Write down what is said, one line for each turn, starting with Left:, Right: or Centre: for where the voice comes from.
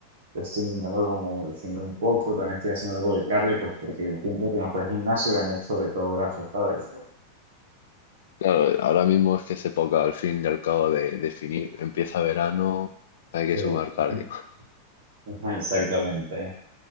Right: estoy intentando como definir un poco. También estoy haciendo algo de cardio, pues porque el tiempo que me fue al gimnasio gané sobre todo grasa, ¿sabes?
Left: Claro, ahora mismo es que es época al fin y al cabo de definir. Empieza verano, hay que
Right: Sí,
Left: sumar
Right: <laughs>
Left: cardio.
Right: ajá, exactamente.